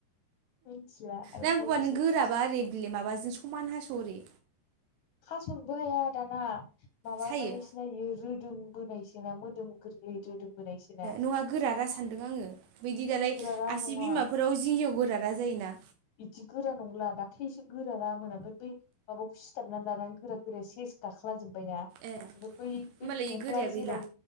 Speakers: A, on the left (about 65°); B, on the right (about 85°).
A: मिथिला आरो
B: नांगौबा
A: मुलिसो
B: नों गोराबा
A: फुननांसिगोन
B: ओरै बिलि माबाजो समान हास'ओरै
A: हास'नोबो हाया दाना माबाबाय
B: सायो
A: सिनायो रोदोम बोनायसो ना मोदोम गोरलै रोदोम बोनायसोना
B: नङा गोरारा सानदों आङो बैदि दालाय
A: गोरारा
B: आसि
A: नङा
B: बिमाफोराव जिंजिङाव गोरारा जायोना
A: बिदि गोरा नंला दाख्लैसो गोरारामोन ओमफाय बै माबाखौ सिथाबनानै लानानै गोरा गोराया सेस गाखलाजोब्बाय ना
B: ए
A: ओमफाय बै
B: होमबालाय
A: बे खंख्ला
B: गोराया गैला
A: जेराव